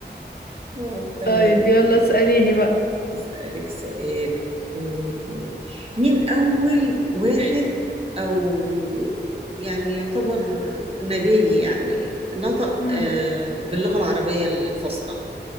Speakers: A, on the right; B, on the left.
A: اه تمام
B: طيب يلا اسأليني بقى
A: اسالك سؤال م- م. مين اول واحد او يعني يعتبر نبي يعني نطق
B: مم.
A: آه، باللغه العربيه الفصحى